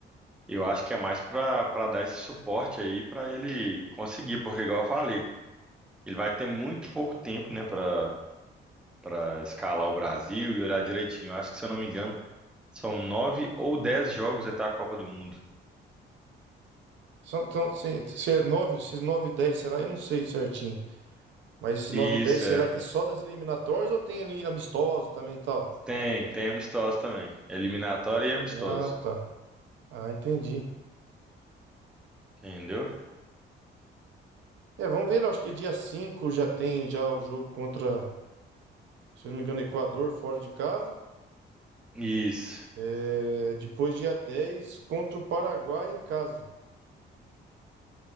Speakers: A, in the centre; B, on the right (about 70°).
A: eu acho que é mais para para dar esse suporte aí para ele conseguir, porque igual eu falei, ele vai ter muito pouco tempo, né, para para escalar o Brasil e olhar direitinho. Eu acho que, se eu não me engano, são nove ou dez jogos até a Copa do Mundo.
B: São, então, se, se é 9, esses 9 e 10, será? Eu não sei certinho. Mas esses
A: Isso
B: 9 e 10, será
A: é.
B: que é só das eliminatórias ou tem ali amistoso também e tal?
A: Tem, tem amistoso também. Eliminatório e amistoso,
B: Ah, tá. Ah, entendi.
A: entendeu?
B: É, vamos ver, eu acho que dia 5 já tem já o jogo contra, se eu não me engano, Equador fora de casa.
A: Isso.
B: É, depois dia 10 contra o Paraguai em casa.